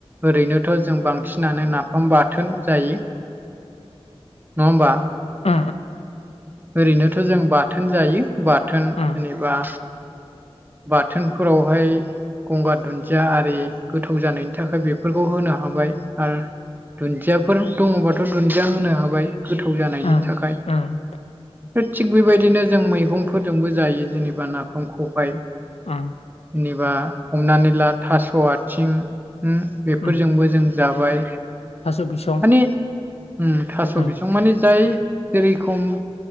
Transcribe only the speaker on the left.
उम
उम
उम
उम
उम।
उम
थास' बिसं
उम